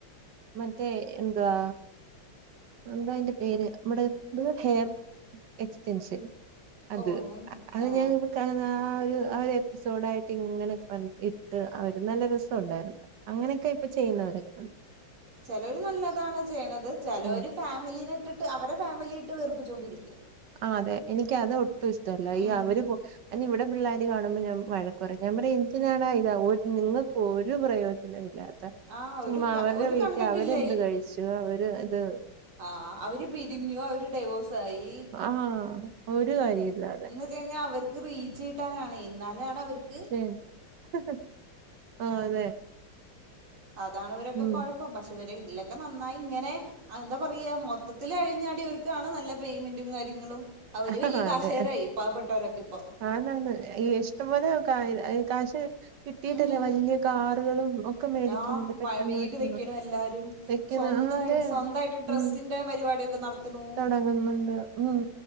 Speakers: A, on the right; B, on the right.
A: മറ്റേ എന്തുവാ എന്ത്‌വാ അതിന്റെ പേര് നമ്മടെ ഹെയർ എക്സ്റ്റൻഷൻ അത്
B: ഓ ഞാൻ
A: അത്
B: ആ
A: ഞാൻ കാണാ ആ ഒരു ആ ഒരു എപ്പിസോഡായിട്ട് ഇങ്ങനെ ഇട്ട് അവര് നല്ല രസണ്ടായിരുന്നു അങ്ങനെയൊക്കെ ഇപ്പൊ ചെയ്യുന്നവരൊക്കെണ്ട്
B: ചെലോര് നല്ലതാണ് ചെയ്യ്ണത് ചെലോര്
A: ഉം
B: ഫാമിലിനെ ഇട്ടിട്ട് അവരെ ഫാമിലിട്ട് വേർപ്പിച്ചൊണ്ടിരിക്കാ
A: ആഹ് അതെ എനിക്ക് അത് ഒട്ടും ഇഷ്ടമല്ല ഈ
B: ഉം
A: അവര് പോ ഞാന് ഇവിടെ പിള്ളേർ കാണുമ്പോൾ ഞാൻ വഴക്കുപറിം ഞാൻ പറയാ എന്തിനാടാ ഇത്‌ നിങ്ങൾക്ക് ഒരു പ്രയോജനം ഇല്ലാ തെ
B: ആ ഒരു
A: ചുമ്മാ
B: ക
A: അവരുടെ
B: ഒരു
A: വീട്ടി
B: കണ്ടന്റ്
A: അവരെന്ത്
B: ഇല്ല
A: കഴിച്ചു അവര്ത്
B: ആഹ് അവര് പിരിഞ്ഞു അവര് ഡൈവോഴ്സായി
A: ആഹ് ഒരു കാര്യല്ലാതെ
B: ന്ന് വെച്ചഴിഞ്ഞാ അവർക്ക് റീച്ച് കിട്ടാനാണ് ഇന്നാലാണവർക്ക്
A: ശരി ആഹ് ഹ് അതെ
B: അതാണ് ഇവരൊക്കെ
A: ഉം
B: കൊഴപ്പം പക്ഷെ ഇവര് ഇതിലൊക്കെ നന്നായി ഇങ്ങനെ ആഹ് ന്താ പറയാ മൊത്തത്തിലഴിഞ്ഞാടിയവർക്കാണ് നല്ല പേയ്മെന്റും കാര്യങ്ങളും അവര്
A: ആഹ്
B: വലിയ
A: ഹ്
B: കാശുകാരായി
A: അതെ
B: പാവപ്പെട്ടവരൊക്കെ ഇപ്പം
A: ആന്നാന്ന് ഈ ഇഷ്ടംപൊലെ കാ കാശ് കിട്ടീട്ടില്ലേ
B: ഉം
A: വല്ല്യ കാറ്കളും ഒ ക്ക മേടിക്ക്ണ്ട്
B: ആഹ്
A: പെട്ടന്ന്
B: വീട്
A: പെട്ടെന്ന്
B: വെക്കണു എല്ലാരും
A: വെക്കുന്ന
B: സ്വന്തമായി
A: ആഹ് അതെ
B: സ്വന്തായിട്ട് ഡ്രസ്സിന്റെ
A: ഉം
B: പരിപാടിയൊക്കെ നടത്തണു
A: തോടങ്ങുന്നുണ്ട് ഉം